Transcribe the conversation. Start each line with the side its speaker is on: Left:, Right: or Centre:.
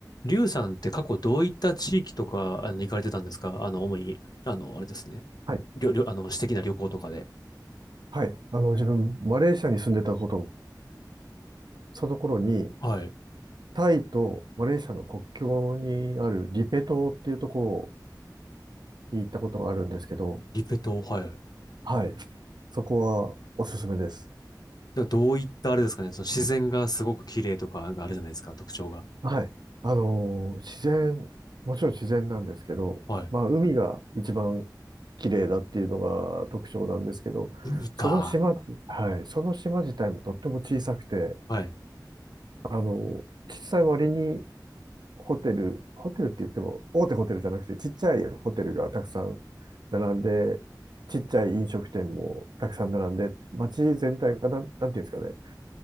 Left: リュウさんって過去どういった地域とか、あの、行かれてたんですかあの、主に、あの、あれですね。
Right: はい。
Left: りょ、りょ、あの、私的な旅行とかで。
Right: はい。あの、自分、マレーシアに住んでたこと、その頃に、
Left: はい。
Right: タイとマレーシアの国境にあるリペ島っていうところに行ったことがあるんですけど、
Left: リペ島、はい。で
Right: はい。そこはおすすめです。
Left: どういったあれですかね。その自然がすごく綺麗とかがあるじゃないですか、特徴が。
Right: はい。あのー、自然、もちろん自然なんですけど、
Left: はい。
Right: まあ、海が一番綺麗だっていうのが特徴なんですけど、
Left: 海か。
Right: その島、はい。その島自体もとっても小さくて、
Left: はい。
Right: あの、小さい割にホテル、ホテルって言っても、大手ホテルじゃなくて、ちっちゃいホテルがたくさん並んで、ちっちゃい飲食店もたくさん並んで、街全体がなん、なんていうんですかね、